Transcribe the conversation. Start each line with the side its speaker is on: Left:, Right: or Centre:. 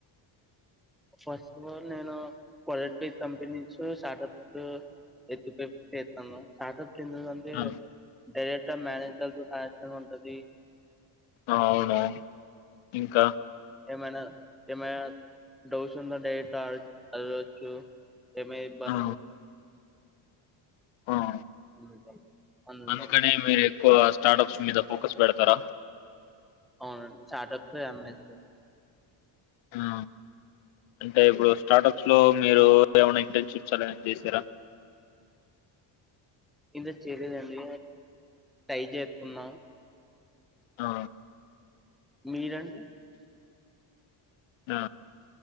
Centre: ఫస్ట్ ఆఫ్ ఆల్ నేనూ క్వాలిటీ కంపెనీస్ స్టార్టప్స్ ఎక్కువ ప్రిఫరెన్స్ చేస్తాను స్టార్టప్ చిన్నదంతే
Left: ఆ
Centre: డైరెక్ట్ మ్యానేజ్ కు కాయచడం ఉంటది
Left: అవును ఇంకా
Centre: ఏమైనా ఏమైనా డౌట్స్ ఉందా డైరెక్ట్ గా కలవచ్చు ఏమైనా ఇబ్బందవు
Left: ఆ
Centre: <inaudible>
Left: ఆ అందుకనే మీరు స్టార్టప్స్ మీద ఫోకస్ పెడతరా
Centre: అవునండి స్టార్టప్స్ ఎంఎస్ స్
Left: ఆ అంటే ఇప్పుడు స్టార్టప్స్ లో మీరు ఏమైనా ఇంటర్న్షిప్స్ అలా ఏమైన చేశారా
Centre: ఇంక చేయలేదండి ట్రై చేస్తున్న
Left: ఆ
Centre: మీరండీ
Left: ఆ